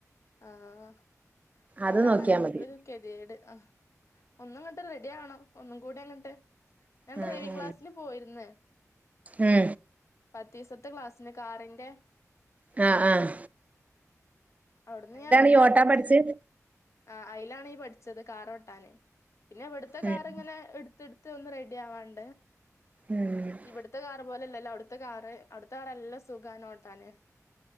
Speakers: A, on the left; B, on the right.
A: ആഹ്
B: അത്
A: അതാണ്
B: നോക്കിയാ
A: ഒര്
B: മതി
A: ഒര് കെത്യേട് അഹ് ഒന്നും ഇങ്ങട്ട് റെഡി ആവണം ഒന്നും കൂടി അങ്ങട്ട് ഞാൻ
B: ഉം
A: ഡ്രൈവിങ്
B: ഉം
A: ക്ലാസ്സ്ല് പോയിര്ന്ന്
B: ഉം
A: പത്തീസത്തെ ക്ലാസ്സ്ന് കാറിന്റെ
B: ആ ആ
A: അവ്ട്ന്ന് ഞാൻ പിന്നെ
B: ഈ ഓട്ടാൻ
A: പത്ത്
B: പഠിച്ചേ
A: ആ അഴിലാണ് ഈ പഠിച്ചത് കാറോട്ടാന് പിന്നെ ഇവട്ത്ത
B: ഉം
A: കാറ് ഇങ്ങനെ ഇട് ത്ത്ട്ത്ത് ഒന്ന് റെഡി ആവാണ്ട്
B: ഉം
A: ഇവട്ത്ത കാറ് പോലല്ലല്ലോ അവ്ട്ത്തെ കാറ് അവ്ട്ത്ത കാറ് നല്ല സുഖാണോട്ടാന്